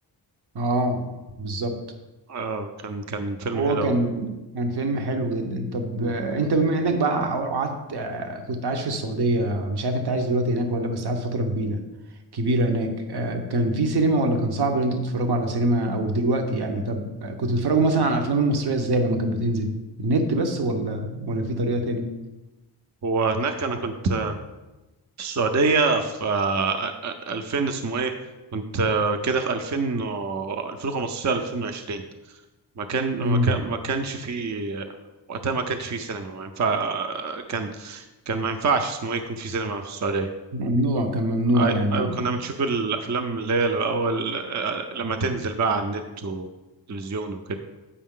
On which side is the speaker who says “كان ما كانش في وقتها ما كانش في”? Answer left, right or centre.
Right